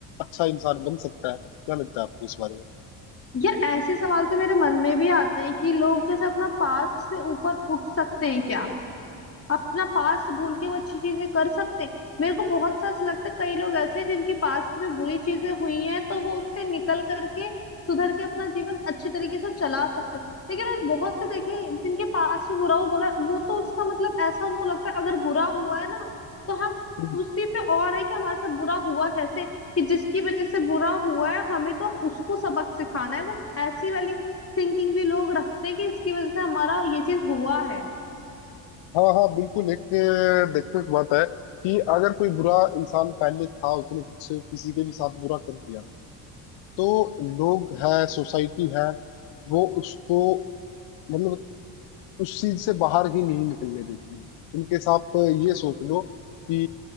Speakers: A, on the left; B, on the left.
A: अच्छा इंसान बन सकता है क्या लगता है आपको इस बारे
B: यार ऐसे सवाल तो मेरे मन में भी आते हैं कि लोग जैसे अपना पास्ट से ऊपर उठ सकते हैं क्या अपना पास्ट भूल के वो अच्छी चीजें कर सकते हैं मेरे को बहुत सा ऐसा लगता है कई लोग ऐसे हैं जिनके पास्ट में बुरी चीजें हुई हैं तो वो उससे निकल करके सुधर के अपना जीवन अच्छे तरीके से चला सकते हैं लेकिन मैंने बहुत से देखे हैं जिनके पास्ट में बुरा हुआ बुरा वो तो उसका मतलब ऐसा उनको लगता है अगर बुरा हुआ है ना तो हम
A: में
B: उसी
A: <laughs>
B: पे और है कि हमारे साथ बुरा हुआ कैसे कि जिसकी वजह से बुरा हुआ है हमें तो अब उसको सबक सिखाना है वो ऐसी वाली थिंकिंग भी लोग रखते हैं कि इसकी वजह से हमारा ये चीज हुआ है
A: हाँ हाँ बिल्कुल एक देखने की बात है कि अगर कोई बुरा इंसान पहले था उसने कुछ किसी के भी साथ बुरा कर दिया तो लोग है सोसाइटी है वो उसको मतलब उस चीज से बाहर ही नहीं निकलने देती उनके साथ ये सोच लो कि